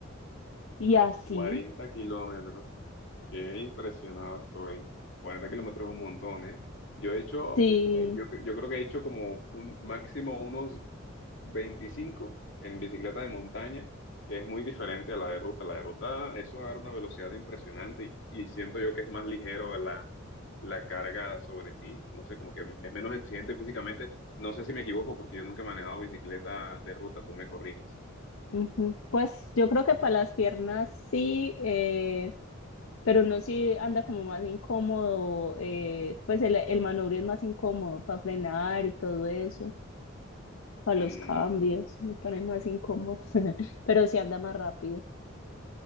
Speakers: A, on the left; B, on the left.
A: y así.
B: 40 kilómetros. Qué impresionado estoy. 40 kilómetros es un montón, ¿eh? Yo he hecho,
A: Sí,
B: eh, yo, yo creo que he hecho como un máximo unos 25 en bicicleta de montaña es muy diferente a la de ruta. La de ruta, eso agarra una velocidad impresionante y, y siento yo que es más ligero la, la carga sobre ti. No sé, como que es menos exigente físicamente. No sé si me equivoco porque yo nunca he manejado bicicleta de ruta, tú me corriges.
A: ujú. Pues yo creo que para las piernas sí. eh, pero no si anda como más incómodo, eh, pues el, el manubrio es más incómodo para frenar y todo eso, para
B: Mm,
A: los cambios, me pone más incómodo, <laughs> pero si anda más rápido.